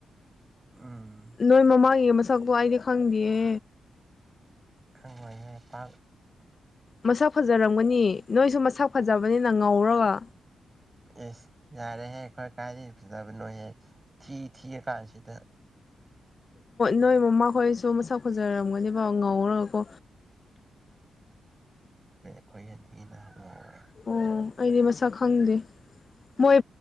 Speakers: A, on the right; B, on the left.
A: ꯎꯝ
B: ꯅꯣꯏ ꯃꯃꯥ ꯌꯦꯡ ꯁꯛꯗ ꯑꯏꯗꯤ ꯈꯪꯗꯌꯦ
A: ꯈꯪꯣꯏ ꯄ
B: ꯃꯁꯥ ꯐꯖꯔꯝꯒꯅꯤ ꯅꯣꯏꯁꯨ ꯃꯁꯥ ꯐꯖꯕꯅꯤꯅ ꯉꯧꯔꯒ
A: ꯑꯦꯁ ꯌꯥꯔꯦꯍꯦ ꯑꯩꯈꯣꯏ ꯀꯥꯏꯗꯒꯤ ꯐꯖꯕꯅꯣꯍꯦ ꯊꯤ ꯊꯤꯔ ꯀꯥꯟꯁꯤꯗ
B: ꯅꯣꯏ ꯃꯃꯥꯈꯣꯏꯁꯨ ꯃꯁꯛ ꯈꯣꯟꯖꯔꯝꯒꯅꯦꯕ ꯉꯧꯔꯒꯀꯣ
A: ꯑꯩꯈꯣꯏꯦꯟꯟꯅ ꯍꯪꯉꯋꯦ
B: ꯑꯣ ꯑꯩꯗꯤ ꯃꯁꯛ ꯈꯪꯗꯦ ꯃꯣꯏ